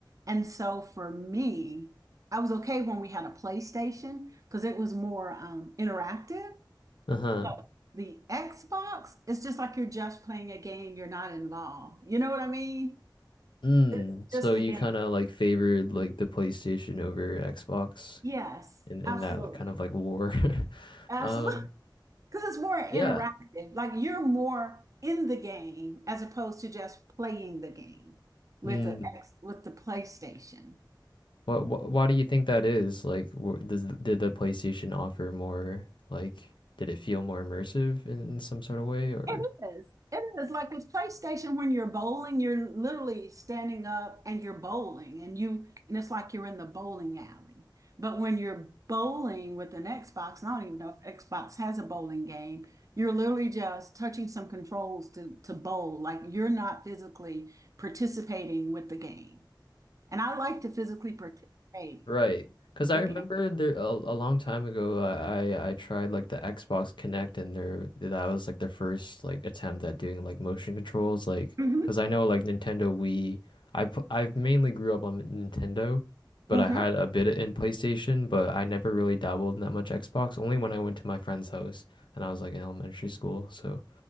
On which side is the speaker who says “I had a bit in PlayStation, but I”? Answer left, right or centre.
Left